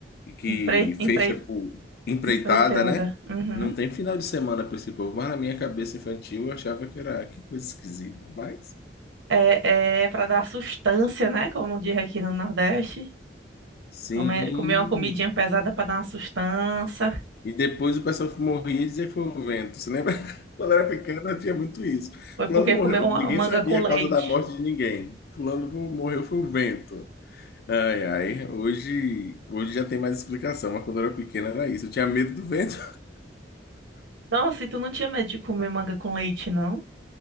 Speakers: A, on the left; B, on the right.
A: e que
B: Empre, empre,
A: fecha por empreitada,
B: empreitada.
A: né?
B: Uhum.
A: Não tem final de semana para esse povo, mas na minha cabeça infantil eu achava que era, que coisa esquisita. Mas,
B: É, é para dar sustância, né? Como diz aqui no Nordeste.
A: sim,
B: Comer, comer uma comidinha pesada para dar uma sustância.
A: E depois o pessoal que morria e dizia que foi o vento. Você lembra? <laughs> Quando eu era pequeno, tinha muito isso.
B: Foi
A: Fulano
B: porque
A: morreu.
B: comeu uma-
A: Ninguém
B: manga
A: sabia
B: com leite.
A: a causa da morte de ninguém. Fulano morreu foi o vento. Ai, ai. Hoje, hoje já tem mais explicação, mas quando eu era pequeno era isso. Eu tinha medo do vento.
B: Nossa, e tu não tinha medo de comer manga com leite, não?